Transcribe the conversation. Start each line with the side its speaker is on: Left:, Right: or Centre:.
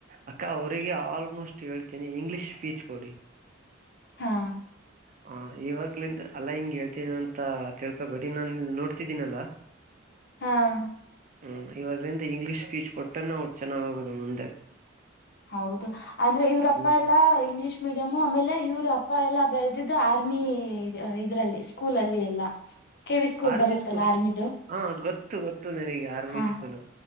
Right: ಅಕ್ಕ ಅವ್ರರಿಗೆ ಆಲ್ಮೋಸ್ಟ್ ಹೇಳ್ತೀನಿ ಇಂಗ್ಲಿಷ್ ಸ್ಪೀಚ್ ಕೊಡಿ
Left: ಹಾ
Right: ಹ ಇವಾಗ್ಲಿಂದ ಅಲ್ಲಾ ಹಿಂಗಗೆ ಹೇಳ್ತನ ಅಂತ ತಿಳ್ಕೊಬೇಡಿ ನಾನ್ ನೋಡ್ತಿದ್ದೀನಲ್ಲಾ
Left: ಹ್ಮ್
Right: ಹ್ಮ್ ಇವಾಗಲಿಂದ ಇಂಗ್ಲೀಷ್ ಸ್ಪೀಚ್ ಕೊಟ್ಟಾನ ಅವ ಚೆನ್ನಾಗೋದು ಮುಂದೆ
Left: ಹೌದು ಅಂದ್ರೆ ಇವ್ರಪ್ಪ
Right: ಹ್ಮ್
Left: ಎಲ್ಲಾ ಇಂಗ್ಲಿಷ್ ಮೀಡಿಯಮು ಆಮೇಲೆ ಇವ್ರಪ್ಪ ಪಪ್ಪ ಎಲ್ಲಾ ಬೆಳೆದಿದ್ದು ಆರ್ಮಿ ಇದ್ರಲ್ಲಿ ಸ್ಕೂಲಲ್ಲಿ ಎಲ್ಲಾ ಕೆ ವಿ
Right: ಆರ್ಮಿ
Left: ಬರತ್ತಲ್ಲ
Right: ಸ್ಕೂಲ್
Left: ಆರ್ಮಿದು
Right: ಹಾ ಗೊತ್ತು ಗೊತ್ತು ನಿನಗೆ ಆರ್ಮಿ
Left: ಹಾ
Right: ಸ್ಕೂಲು